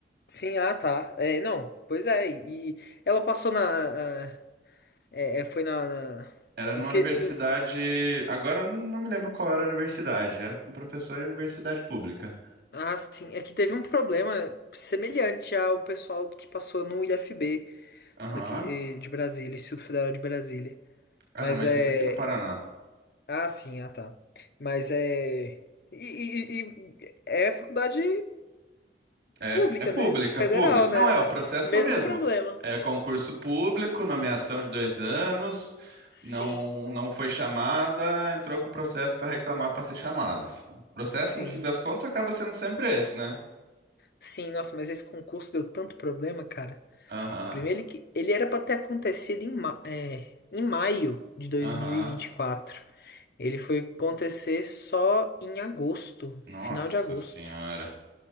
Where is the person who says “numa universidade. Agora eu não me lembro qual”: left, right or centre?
Right